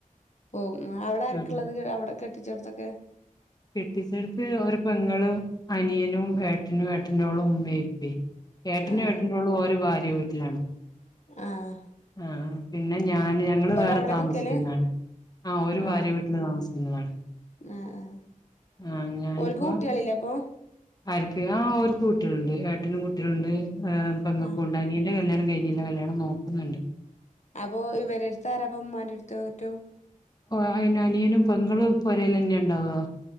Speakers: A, on the left (about 55°); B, on the left (about 30°).
A: പോവും, അവിടെ ആരെക്കെയുള്ളത്?
B: ആഹ്
A: അവിടെ കെട്ടിച്ചെടത്തൊക്കെ?
B: കെട്ടിച്ചെടുത്ത് ഒരു പെങ്ങളും, അനിയനും, ഏട്ടനും, ഏട്ടന്റോളും, ഉമ്മയിപ്പിഎം. ഏട്ടനും
A: ആഹ്
B: ഏട്ടറ്റോള്ളമ് ഓര് ഭാര്യവീട്ടിലാണ്.
A: ആഹാ.
B: ആഹ പിന്നെ ഞാന്, ഞങ്ങള് വേറെ
A: അവിടെ
B: താമസിക്കുന്നതാണ്.
A: നിക്കല്
B: ആഹ ഒരു ഭാര്യ
A: ആഹ്
B: വീട്ടിൽ താമസിക്കുന്നതാണ്.
A: ആഹ്, ആഹാ
B: ആഹ് ഞാനിപ്പോ
A: ഒള്ക്ക് കുട്ടികളില്ലേ അപ്പോ?
B: ആർക്ക്? ആഹാ ഒര്ക്ക് കുട്ടികളുണ്ട്. ഏട്ടനും കുട്ടികളുണ്ട്, ആഹാ പെങ്ങക്കുണ്ട്,
A: ആഹ്
B: അനിയന്റെ- കല്യാണം കഴിഞ്ഞില്ല, കല്യാണം നോക്കുന്നുണ്ട്.
A: അപ്പോ ഇവരെ എടുത്താരപ്പ, ഉമ്മാന്റെ എടുത്ത് റ്റുറ്റോ.
B: ഓ അയിന് അനിയനും, പെങ്ങളും, ഈ പോരേല് തന്നെ ഉണ്ടാവോ?